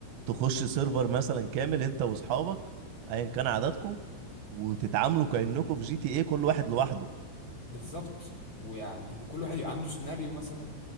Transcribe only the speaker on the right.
تخش سيرفر مثلا كامل انت واصحابك ايا كان عددكم وتتعاملوا كأنكم في جي تي ايه كل واحد لوحده